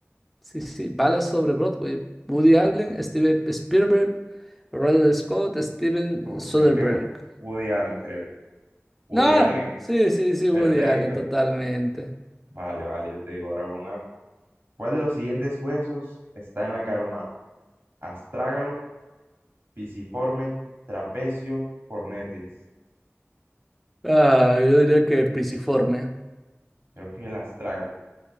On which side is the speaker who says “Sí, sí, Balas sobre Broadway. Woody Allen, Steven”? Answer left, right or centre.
Centre